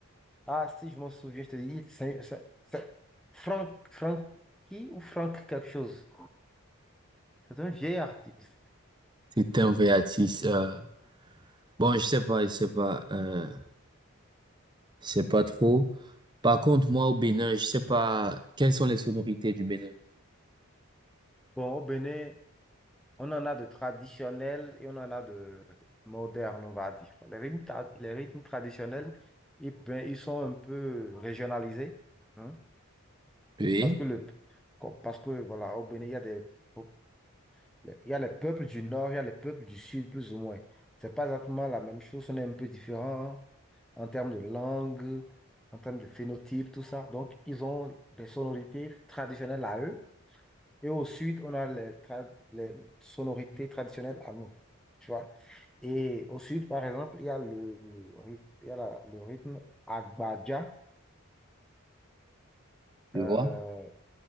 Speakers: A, in the centre; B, on the right.
A: Ah, si je m'en souviens, je te dis, c'est c'est- c'est Frank, Frankie ou Frank quelque chose. C'est un vieil artiste.
B: C'était un vrai artiste. euh, Bon, je sais pas, je sais pas, euh, je sais pas trop. Par contre, moi, au Bénin, je sais pas quelles sont les sonorités du Bénin.
A: Bon, au Bénin, On en a de traditionnels et on en a de modernes, on va dire. Les rythmes, tra- les rythmes traditionnels, ils, ben, ils sont un peu régionalisés, hein,
B: Oui,
A: parce que, le, co- parce que voilà, au Bénin, il y a des, po- il y a les peuples du nord, il y a les peuples du sud, plus ou moins. C'est pas exactement la même chose, on est un peu différent en termes de langue, en termes de phénotype, tout ça. Donc, ils ont des sonorités traditionnelles à eux. Et au sud, on a les, trad- les sonorités traditionnelles à nous. Tu vois? Et au sud, par exemple, il y a le rythme, il y a la- le rythme Agbaja.
B: je
A: Euh,
B: vois.